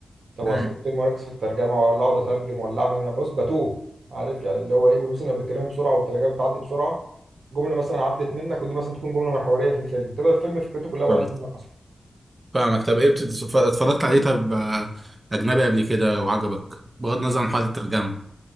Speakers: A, on the right (about 75°); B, on the right (about 30°).
A: طب واسيب
B: امم
A: الفيلم واركز في الترجمه ولا اقعد اترجم ولا اعمل يعني بص بتوه عارف يعني اللي هو ايه مثلا لو بيتكلموا بسرعه والترجمه بتعدي بسرعه جمله مثلا عدت منك ودي مثلا تكون جمله محوريه في الفيلم كده الفيلم فكرته كلها وقعت
B: فاهم
A: منك
B: فاهمك طب ايه بتتف- اتفرجت عليه طب آه، اجنبي قبل كده وعجبك بغض النظر عن حوار الترجمه